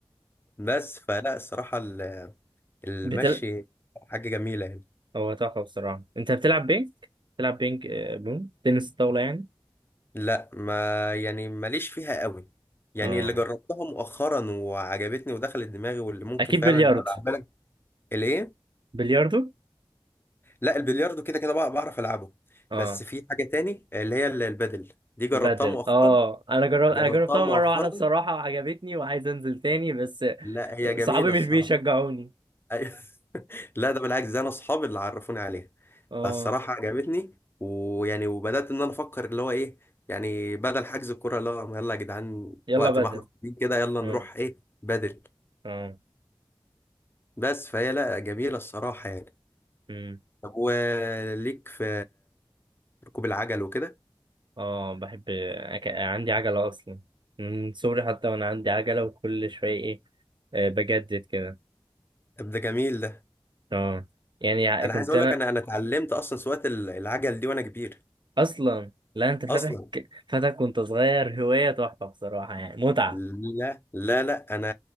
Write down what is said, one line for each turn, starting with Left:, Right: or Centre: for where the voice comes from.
Left: بس فلا الصراحه ال- المشي
Right: بتل...
Left: حاجه جميله يعني
Right: هو تحفة بصراحة انت بتلعب بينج بتلعب بينج آه، بون تنس طاولة يعني
Left: لا ما يعني ماليش فيها قوي يعني
Right: اه
Left: اللي جربتها مؤخرا وعجبتني ودخلت دماغي واللي ممكن
Right: اكيد
Left: فعلا
Right: بلياردو
Left: ابقى اعملها الايه
Right: بلياردو
Left: لا البلياردو كده كده بقى بعرف العبه
Right: اه
Left: بس في حاجه تاني اللي هي ال- البادل دي جربتها
Right: بدل
Left: مؤخرا
Right: اه انا جربت
Left: جربتها
Right: انا جربتها
Left: مؤخرا
Right: مرة واحدة بصراحة وعجبتني وعايز انزل تاني بس
Left: لا هي جميله
Right: صحابي مش
Left: الصراحه
Right: بيشجعوني
Left: أيوة. <laughs> لا ده بالعكس ده انا اصحابي اللي عرفوني عليها
Right: اه
Left: فالصراحه عجبتني ويعني وبدات ان انا افكر اللي هو ايه يعني بدل حجز الكوره اللي هو يلا يا جدعان
Right: يلا
Left: وقت
Right: بدل
Left: ما احنا فاضيين كده يلا
Right: اه
Left: نروح ايه بدل
Right: اه
Left: بس فهي لا جميله الصراحه يعني
Right: امم
Left: طب وليك في ركوب العجل وكده
Right: اه بحب أك- عندي عجلة اصلا من صغري حتى وانا عندي عجلة وكل شوية ايه آه، بجدد كده
Left: طب ده جميل
Right: اه يعني ع-
Left: انا
Right: كنت
Left: عايز اقول
Right: انا
Left: لك انا انا اتعلمت اصلا سواقه ال- العجل دي وانا كبير
Right: اصلا لا انت فاتك
Left: اصلا
Right: فاتك وانت صغير هواية تحفة بصراحة يعني متعة
Left: لا لا لا انا